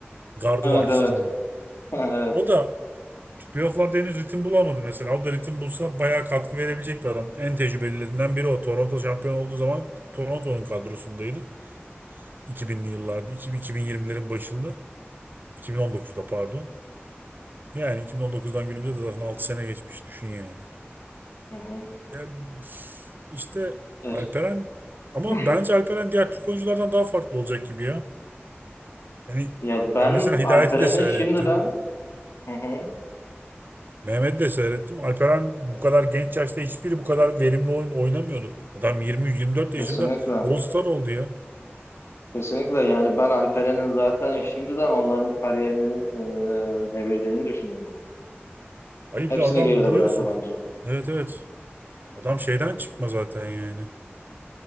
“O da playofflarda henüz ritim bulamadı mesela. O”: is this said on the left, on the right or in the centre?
Right